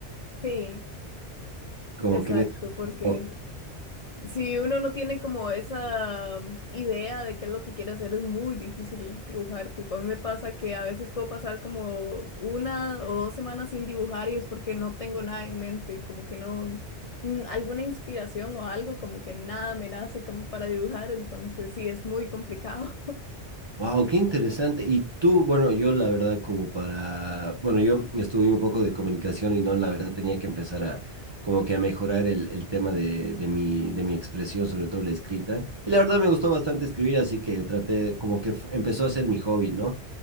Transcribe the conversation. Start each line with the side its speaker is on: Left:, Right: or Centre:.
Left: Sí,
Right: Como
Left: exacto,
Right: que en ese
Left: porque
Right: flow.
Left: Si uno no tiene como esa um, idea de qué es lo que quiere hacer, es muy difícil dibujar. Tipo, a mí me pasa que a veces puedo pasar como una o dos semanas sin dibujar y es porque no tengo nada en mente, como que no, mm, alguna inspiración o algo, como que nada me nace como para dibujar, entonces sí, es muy complicado.
Right: Wow, qué interesante. Y tú, bueno, yo la verdad como para, bueno, yo estudié un poco de comunicación y no, la verdad tenía que empezar a como que a mejorar el, el tema de, de mi, de mi expresión, sobre todo la escrita. Y la verdad me gustó bastante escribir, así que traté como que fu- empezó a ser mi hobby, ¿no?